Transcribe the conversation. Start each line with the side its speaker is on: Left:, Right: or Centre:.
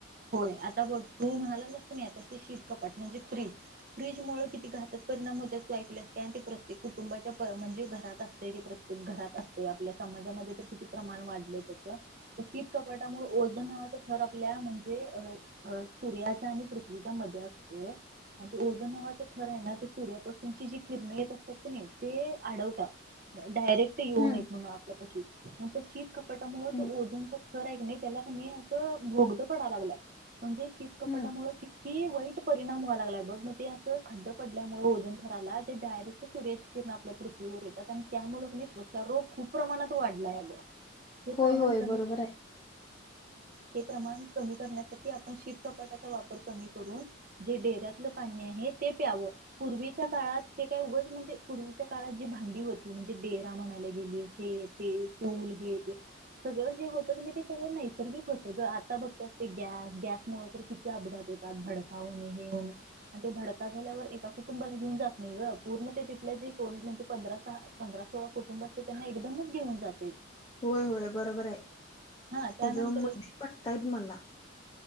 Right: होय आता बघ तू म्हणाला लागलास की नाही आता ते शीत कपाट म्हणजे फ्रीज फ्रीज मुळ किती घातक परिणाम होत तू ऐकले असते ते प्रत्येक कुटुंबाच्या म्हणजे घरात असत ते प्रत्येक घरात असतय आपल्या समाजामध्ये तर किती प्रमाण वाढलं त्याच शीत कपाटामुळे ओझन नावाचं थर आपल्या अ अ सूर्याच्या आणि पृथ्वीच्या मध्ये असतोय आणि ओझोन नावाचा थर आहे ना ते सूर्यापासूनची जी किरण येत असतात कि नाही ते आडवतात. डायरेक्ट येऊ
Left: हम्म
Right: नयेत म्हणून आपल्यापशी आणि त्या शीत कप त्यामुळे
Left: हम्म
Right: तो ओझनचा थर आहे कणी त्याला की नाही अस बोगद पडायला लागल्यात म्हणजे शितकपटामुळे
Left: हम्म
Right: की हि वाईट परिणाम व्हायला लागलाय बघ मग ते असं खड्डं पडल्यामुळे ओजन थराला ते डायरेक्ट सूर्याची किरण आपल्या पृथ्वीवर येतात आणि त्यामुळ कि नाही त्वचा रोग खूप प्रमाणात वाढलाय अग हे
Left: होय
Right: प्रमाण
Left: होय
Right: कमी
Left: बरोबर आहे.
Right: ते प्रमाण करण्यासाठी आपण शीत कपाटाचा वापर कमी करून जे डेऱ्यातलं पाणी आहे ते प्यावं पूर्वीच्या काळात ते काय उग म्हणजे पूर्वीच्या काळात जी भांडी होती म्हणजे डेरा म्हणायला गेली हे ते पूल हे सगळं जे होत ते सगळं नैसर्गिक होत ग आता बघ गॅस गॅसमुळे तर किती अपघात होतात धडका होणे हे होणे आणि ते धडका झाल्यावर एका कुटुंबाला घेऊन जात नाही ग पूर्ण ते तिथल्या जे म्हणजे पंधरा सहा पंधरा सोळा कुटुंब असते त्यांना एकदमच घेऊन जात
Left: होय होय बरोबर आहे
Right: हा त्यानंतर
Left: तुझ मुद्द पटतायेत मला.